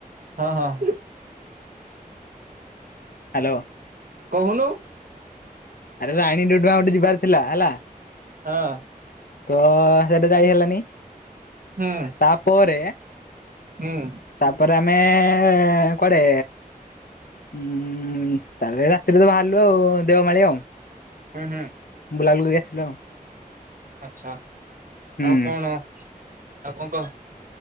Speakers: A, on the right (about 65°); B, on the left (about 75°).
A: ହଁ ହଁ।
B: ହାଲୋ।
A: କହୁନୁ
B: ଆରେ ରାଣୀ ଡୁଡୁମା ଗୋଟେ ଯିବାର ଥିଲା ହେଲା
A: ହଁ।
B: ତ ସେଟା ଯାଇ ହେଲାନି
A: ହୁଁ
B: ତାପରେ
A: ହୁଁ
B: ତାପରେ ଆମେ କୁଆଡେ ଉୁଁ ତାପରେ ରାତିରେ ତ ବାହାରିଲୁ ଆଉ ଦେଓମାଳି ଆଉ।
A: ହୁଁ ହୁଁ।
B: ବୁଲା ବୁଲି କରି ଆସିଲୁ ଆଉ।
A: ଆଛା
B: ହୁଁ
A: ଆଉ କଣ ଆଉ କଣ କହ